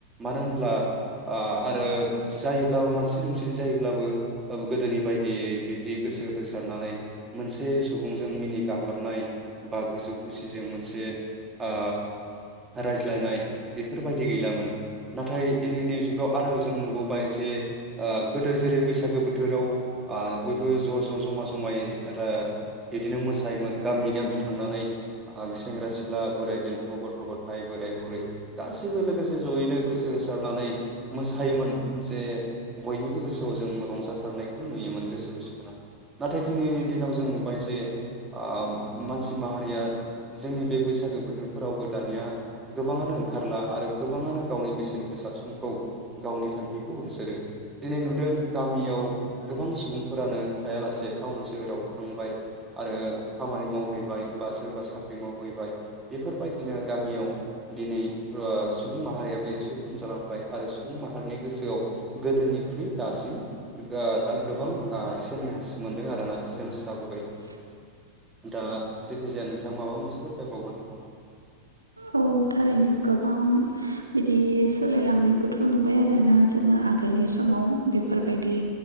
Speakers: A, on the right; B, on the right.
A: मानो होनब्ला ओ आरो जायोब्लाबो मानसि दुमसि जायोब्लाबो गोदोनि बायदियै बिब्दि गोसो होसारनानै मोनसे सुबुंजों मिनि गाग्लोबनाय बा गोसो खुसिजों मोनसे ओ रायज्लायनाय बेफोरबायदि गैलामोन नाथाय दिनैनि जुगाव आरो जों नुबोबाय जे ओ गोदो जेरै बैसागो बोथोराव ओ बयबो ज' ज' जमा जमायै रा इदिनो मोसायोमोन गामि गामि थांनानै ओ सेंग्रा सिख्ला बोराइ बेन्थ' गथ' गथाय बोराय बुरै गासैबो लोगोसे जयैनो गोसो होसारनानै मोसायोमोन जे बयनिबो गोसोआव जों रंजासारनायखौ नुयोमोन गोसो खुसि गोनां। नाथाय दिनैनि दिनाव जों नुबाय जे ओ मानसि माहारिया जोंनि बे बैसागो बोथोरफोरावबो दानिया गोबाङानो ओंखारला आरो गोबाङानो गावनि बेसेन गोसा समखौ गावनि थांखिखौ होसोदों। दिनै नुदों गामियाव गोबां सुबुंफोरानो थायालासे टाउन सोहोराव थांबाय आरो खामानि मावहैबाय बा सोरबा साख्रि मावहैबाय बेफोरबायदिनो गामियाव दिनै ओ सुबुं माहारिया एसे खम जालांबाय आरो सुबुं माहारिनि गोसोआव गोदोनिख्रुइ दासिम ओ दा गोबां चेन्ज मोनदों आरोना चेन्ज जाबोबाय दा जेखिजाया नोंथाङा माबा मोनसेखौ फरायबावगोन नामा?
B: औ थारैनो गोबां बिदि सोलायलांनायखौथ' नुबाय आरोना जोङो आगोलनि समाव बेफोरबायदि